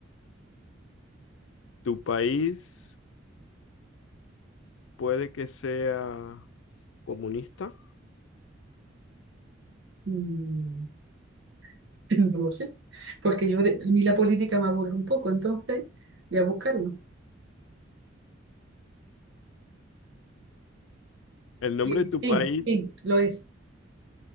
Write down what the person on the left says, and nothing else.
Tu país puede que sea comunista.
El nombre
de tu
país,